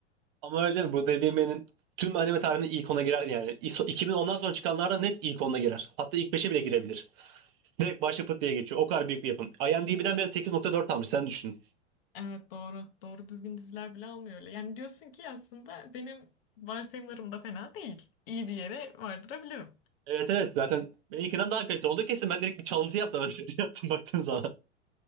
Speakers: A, on the right; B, on the left.
A: Ama öyle değil mi? Bu dediğim benim tüm anime tarihinin ilk ona girer yani. İso- 2010'dan sonra çıkanlarda net ilk ona girer. Hatta ilk beşe bile girebilir. Direkt başı pıt diye geçiyor. O kadar büyük bir yapım. IMDb'den beri 8.4 almış sen düşün.
B: Evet doğru. Doğru düzgün diziler bile almıyor öyle. Yani diyorsun ki aslında benim varsayımlarım da fena değil. İyi bir yere vardırabilirim.
A: Evet evet zaten benimkinden daha kaliteli oldu kesin. Ben direkt bir çalıntı yaptım. <laughs> Özür yaptım baktığın zaman.